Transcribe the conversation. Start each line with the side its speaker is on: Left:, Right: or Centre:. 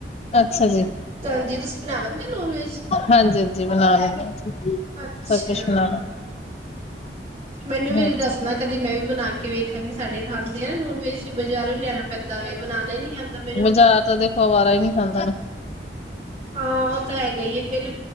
Left: ਅੱਛਾ ਜੀ
Right: ਤਾਂ ਹਾਂਜੀ ਤੁਸੀਂ ਬਣਾ ਲੈਂਦੇ ਹੋ ਨੋਨ ਵੈਜ
Left: ਹਾਂਜੀ ਹਾਂਜੀ ਬਣਾ ਲੈਂਦੇ
Right: ਅੱਛਾ
Left: ਸਭ ਕੁਛ ਬਣਾ
Right: ਮੈਨੂੰ
Left: ਲੈਂਦੇ
Right: ਵੀ
Left: ਹਾਂ। ਹਾਂਜੀ,
Right: ਦੱਸ ਨਾ ਕਦੀ ਮੈਂ ਵੀ ਬਣਾ ਕੇ ਵੇਖਾਂਗੀ ਸਾਡੇ ਖਾਂਦੇ ਆ ਨੋਨ ਵੈਜ ਬਜ਼ਾਰੋਂ ਹੀ ਲਿਆਣਾ ਪੈਂਦਾ ਵ ਬਣਾਣਾ ਈ ਨੀ ਆਂਦਾ ਮੈਨੂੰ
Left: ਜਾ ਉਹਦੇ ਵਾਰਾ ਹੀ ਨਹੀਂ ਖਾਂਦਾ।
Right: ਹਾਂ ਉਹ ਤਾਂ ਹੈਗਾ ਹੀ ਫੇਰ